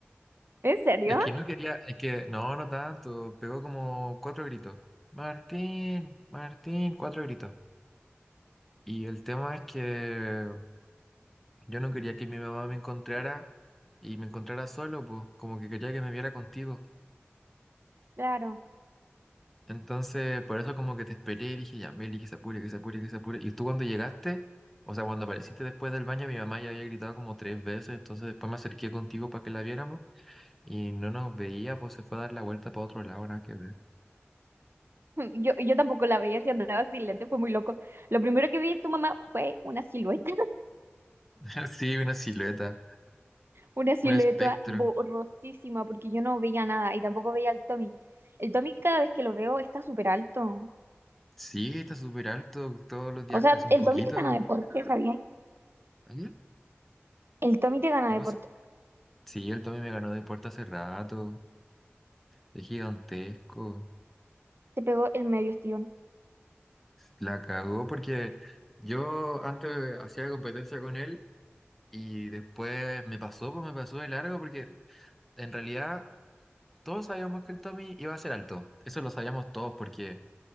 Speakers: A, on the right (about 60°); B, in the centre.
A: ¿En serio?
B: Es que no quería, es que no, no tanto, pegó como cuatro gritos. Martín, Martín, cuatro gritos. Y el tema es que yo no quería que mi mamá me encontrara y me encontrara solo, pues, como que quería que me viera contigo.
A: Claro.
B: Entonces, por eso como que te esperé y dije, ya, Meli, que se apure, que se apure, que se apure. Y tú cuando llegaste, o sea, cuando apareciste después del baño, mi mamá ya había gritado como tres veces, entonces después me acerqué contigo para que la viéramos y no nos veía, pues se fue a dar la vuelta para otro lado, nada que ver.
A: <laughs> Yo, yo tampoco la veía si andaba sin lente, fue muy loco. Lo primero que vi de tu mamá fue una silueta.
B: <laughs> Sí, una silueta.
A: Una silueta
B: Un espectro.
A: borrosísima porque yo no veía nada y tampoco veía al Tommy. El Tommy cada vez que lo veo está súper alto.
B: Sí, está súper alto. Todos los días
A: O sea,
B: crece un
A: el
B: poquito.
A: Tommy te gana deporte, Javier.
B: ¿Allá?
A: El Tommy te gana
B: ¿Qué cosa?
A: deporte.
B: Sí, el Tommy me ganó de puerta hace rato. Es gigantesco.
A: Te pegó el medio estirón.
B: La cagó porque yo antes hacía competencia con él y después me pasó, pues me pasó de largo porque en realidad todos sabíamos que el Tommy iba a ser alto. Eso lo sabíamos todos porque